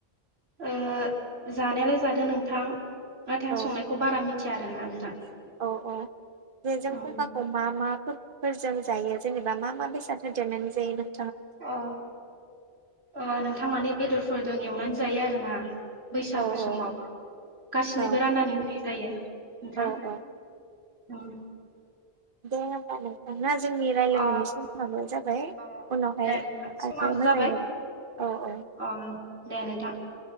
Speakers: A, on the right (about 75°); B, on the right (about 55°).
A: ओ जानायालाय जादो नोंथां नाथाय
B: औ
A: आं संनायखौ बारा मिथिया आरोना नोंथां
B: औ औ जे जों
A: अ
B: फुंखाखौ मा मा फोरजों जायो जेनेबा मा मा बेसाद होदेरनानै जायो नों
A: अ अ नोंथां माने बेदरफोरजों एवनानै जायो आरोना बैसागु
B: औ
A: समाव
B: औ
A: गासिनोबो
B: औ
A: राननानै होननाय जायो नोंथां
B: औ औ
A: ओम
B: दे होमबा नोंथां जोंनि रायजलायनायनि
A: अ
B: समाबो जाबाय
A: अ
B: उनावहाय
A: दे नोंथां समाबो
B: आरो मोजाङै
A: जाबाय
B: मोजां औ औ
A: अ दे नोंथां